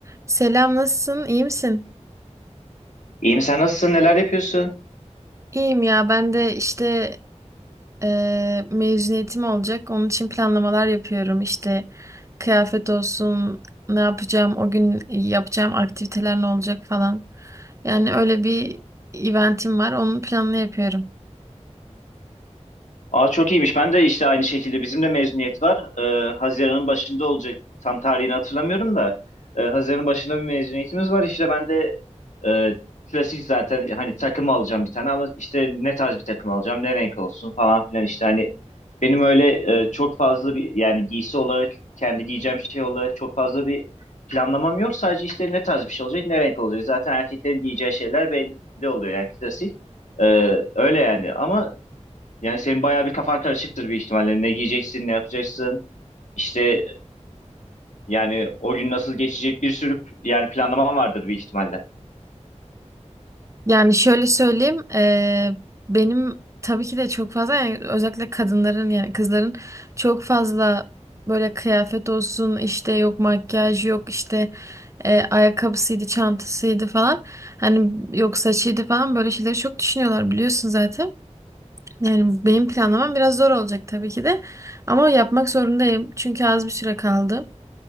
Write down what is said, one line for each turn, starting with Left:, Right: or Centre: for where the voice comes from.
Right: Selam, nasılsın? İyi misin?
Left: İyiyim sen nasılsın neler yapıyorsun?
Right: İyiyim ya, ben de işte eee mezuniyetim olacak. Onun için planlamalar yapıyorum. İşte kıyafet olsun, ne yapacağım, o gün yapacağım aktiviteler ne olacak falan. Yani öyle bir eventim var, onun planını yapıyorum.
Left: Aa çok iyiymiş. Ben de işte aynı şekilde bizim de mezuniyet var. Ee, Haziran'ın başında olacak. Tam tarihini hatırlamıyorum da. Ee, Haziran'ın başında bir mezuniyetimiz var. İşte ben de e, klasik zaten hani takım alacağım bir tane ama işte ne tarz bir takım alacağım, ne renk olsun falan filan işte hani benim öyle e, çok fazla bir yani giysi olarak kendi giyeceğim şey olarak çok fazla bir planlamam yok. Sadece işte ne tarz bir şey olacak, ne renk olacak. Zaten erkeklerin giyeceği şeyler belli oluyor yani klasik. Ee, öyle yani ama yani senin bayağı bir kafan karışıktır bir ihtimalle. Ne giyeceksin, ne yapacaksın. İşte yani o gün nasıl geçecek bir sürü yani planlaman vardır bir ihtimalle.
Right: Yani şöyle söyleyeyim, eee, benim tabii ki de çok fazla yani özellikle kadınların yani kızların çok fazla böyle kıyafet olsun işte yok makyaj yok işte eee, ayakkabısıydı çantasıydı falan hani yok saçıydı falan böyle şeyleri çok düşünüyorlar biliyorsun zaten. Yani benim planlamam biraz zor olacak tabii ki de ama yapmak zorundayım çünkü az bir süre kaldı.